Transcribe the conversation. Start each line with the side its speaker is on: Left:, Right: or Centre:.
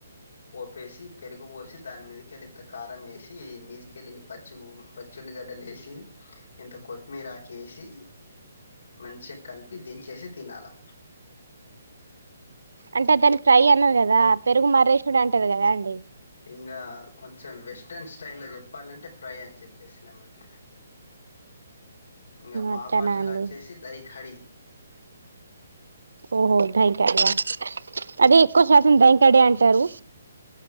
Left: పోపేసి పెరుగుపోసి దాని మీదికెళ్లి ఇంత కారం వేసి మిదికెళ్లిని పచ్చి ఓ పచ్చి చున్నిగడ్డలు వేసి ఇంత కొత్తిమీర ఆక ఏసి మంచిగా కలిపి దించేసి తినాలి.
Right: అంటే దానికి ఫ్రై అన్నది కదా పెరుగు మర్రేసిడు అంటారు కదా అండి.
Left: ఇంగా కొంచెం వెస్ట్రన్ స్టైల్లో లో చెప్పాలంటే ఫ్రై అని చెప్పేసినామ అంతే. ఇంగా మా
Right: అట్లానా
Left: భాషలు
Right: అండి
Left: వచ్చేసి దైఖడి
Right: ఓహో టై కాడ అదే ఎక్కువ శాతం టై కాడే అంటారు.